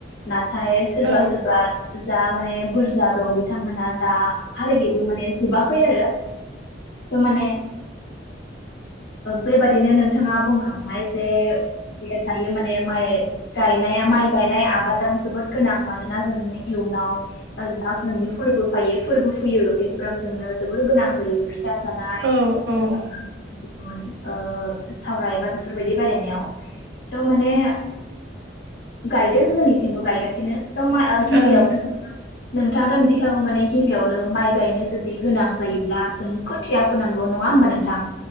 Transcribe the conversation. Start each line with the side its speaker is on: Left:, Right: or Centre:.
Left: नाथाय सोरबा
Right: औ
Left: सोरबा जा माने बुरजा दं बि बिथांमोनहा दाहालागैबो माने जोबाखै आरो दामाने बेबादिनो नोंथाङा बुं ओमफ्राय जे जे दायो माने माइ गायनाया माइ गायनाय आबादा जोबोद गोनां मानोना जोंनो इयुनाव जा जोंनि फोरबो फायो फोरबो फैयो बेफोराब जोंनो जोबोर गोनां जायो
Right: औ औ
Left: <unintelligible> सावराय बा बेफोरबायदि बानायनायाव थ माने गायदों जोंनिथिंबो गायगासिनो था मा गिबियावनो
Right: ओं
Left: सों नोंथाङा दा मिथिखागौ माने गिबियावनो माइ गायनो जुदि गोनां जायोब्ला जों खोथिया फुनांगौ नङा होनबा नोंथां